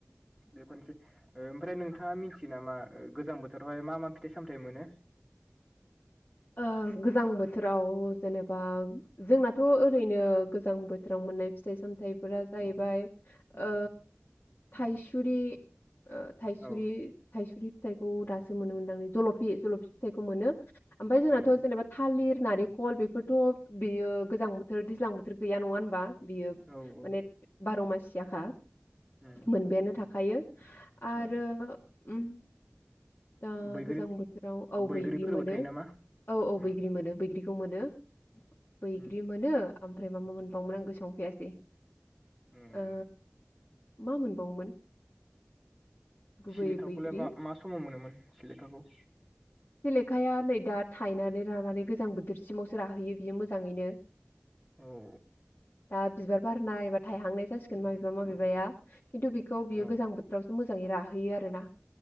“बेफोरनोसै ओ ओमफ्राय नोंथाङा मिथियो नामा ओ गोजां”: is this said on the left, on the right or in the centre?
Centre